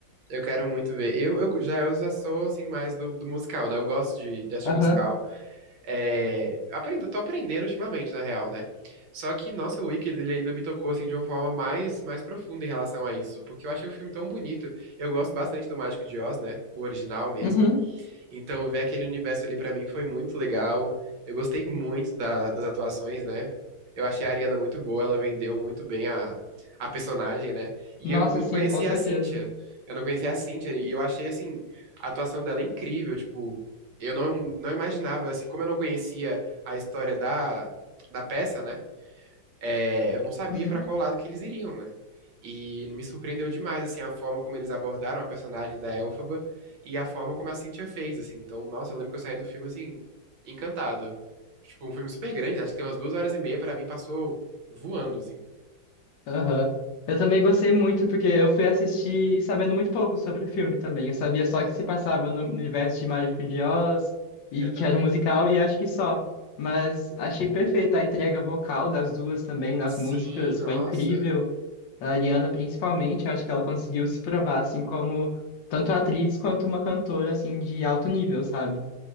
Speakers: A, on the right; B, on the left.
A: Eu quero muito ver. Eu, eu já eu já sou assim mais do, do musical, né? Eu gosto de, de assistir
B: Aham.
A: musical. É, aprendo, eu tô aprendendo ultimamente, na real, né? Só que, nossa, o Wicked, ele ainda me tocou assim de uma forma mais mais profunda em relação a isso, porque eu achei o filme tão bonito. Eu gosto bastante do Mágico de Oz, né? O original mesmo.
B: Uhum.
A: Então, ver aquele universo ali pra mim foi muito legal. Eu gostei muito da- das atuações, né? Eu achei a Ariana muito boa, ela vendeu muito bem a, a personagem, né? E
B: Nossa,
A: eu não
B: sim,
A: conhecia
B: com certeza.
A: a Cynthia. Eu não conhecia a Cynthia e eu achei, assim, a atuação dela incrível. Tipo, eu não, não imaginava, assim, como eu não conhecia a história da, da peça, né? é, eu não sabia
B: Uhum.
A: pra qual lado que eles iriam, né? E me surpreendeu demais, assim, a forma como eles abordaram a personagem da Elphaba e a forma como a Cynthia fez, assim. Então, nossa, eu lembro que eu saí do filme, assim, encantado. Tipo, um filme super grande, acho que tem umas duas horas e meia, pra mim passou voando, assim.
B: Aham. Eu também gostei muito porque eu fui assistir sabendo muito pouco sobre o filme também. Eu sabia só
A: É,
B: que se passava no universo de Mágico de Oz e
A: eu também.
B: que era um musical e acho que só. Mas achei perfeita a entrega vocal das duas também nas
A: Sim,
B: músicas,
A: nossa.
B: foi incrível. A Ariana principalmente, eu acho que ela conseguiu se provar assim como tanto atriz quanto uma cantora assim de alto nível, sabe?